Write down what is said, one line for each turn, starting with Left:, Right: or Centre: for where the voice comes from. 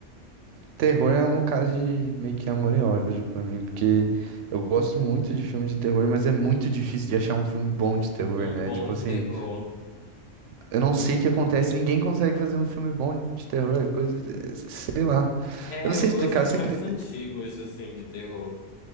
Right: terror é um caso de meio que amor e ódio pra mim, porque eu gosto muito de filme de terror, mas é muito difícil de achar um filme bom de terror,
Left: Um
Right: né?
Left: bom
Right: Tipo
Left: de
Right: assim...
Left: terror.
Right: Eu não sei o que acontece, ninguém consegue fazer um filme bom de terror, é coisa, de- é, sei lá.
Left: É,
Right: Eu não sei
Left: eu
Right: explicar,
Left: assisto
Right: sempre
Left: mais os antigos, assim, de terror.